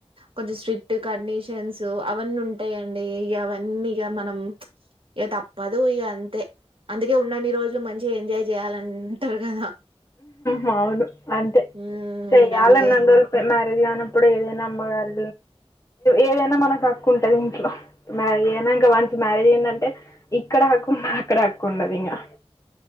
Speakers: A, on the right (about 55°); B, on the left (about 30°).
A: కొంచెం స్ట్రిక్ట్ కండిషన్స్ అవన్నీ ఉంటాయిండి ంటే ఇక అవన్నీ ఇక మనం ఇక తప్పదు ఇక అంతే అందుకే ఉన్నన్ని రోజులు మంచి ఎంజాయ్ చేయాలంటారు కదా
B: వును అంతే
A: ఉమ్
B: చెయ్యాలన్న
A: అంతే
B: రోజు మ్యారేజ్గా కానప్పుడు ఏదైనా అమ్మగారు ఏదైనా మనకు హక్కు ఉంటది ఇంట్లో మ్యారేజ్ అయినా ఇంకా వన్స్ మ్యారేజ్ అయిందంటే ఇక్కడ హక్కు ఉండదు అక్కడ హక్కు ఉండది ఇంకా